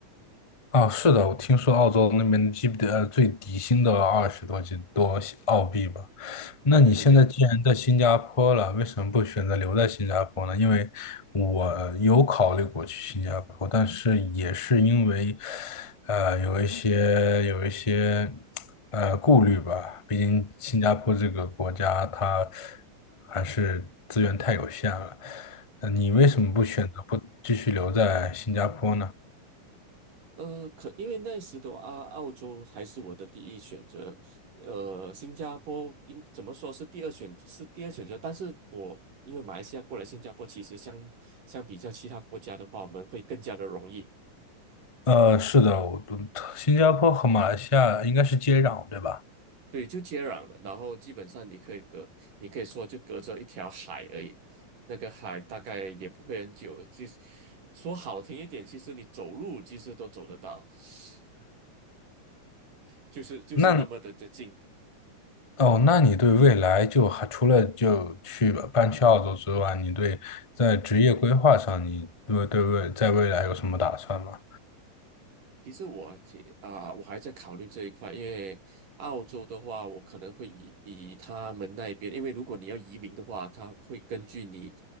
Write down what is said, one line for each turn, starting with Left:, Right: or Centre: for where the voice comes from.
Left: 哦，是的，我听说澳洲那边基本呃最底薪都要二十多几多澳币吧。那你现在既然在新加坡了，
Right: 对对对对。
Left: 为什么不选择留在新加坡呢？因为我有考虑过去新加坡，但是也是因为，呃，有一些有一些呃顾虑吧。毕竟新加坡这个国家，它还是资源太有限了。呃，你为什么不选择不继续留在新加坡呢？
Right: 嗯，呃，可因为那时的啊，澳洲还是我的第一选择，呃，新加坡应怎么说是第二选是第二选择，但是我因为马来西亚过来新加坡，其实相相比较其他国家的话，我们会更加的容易，
Left: 呃，是的，我新加坡和马来西亚应该是接壤，对吧？
Right: 对，就接壤了，然后基本上你可以隔，你可以说就隔着一条海而已，那个海大概也不会很久，其实说好听一点，其实你走路其实都走得到，<laughs> 就是就是那么的的近。
Left: <laughs> 那哦，那你对未来就还除了就去搬去澳洲之外，你对在职业规划上，你对对未在未来有什么打算吗？
Right: 其实我这啊、我还在考虑这一块，因为澳洲的话，我可能会以以他们那边，因为如果你要移民的话，他会根据你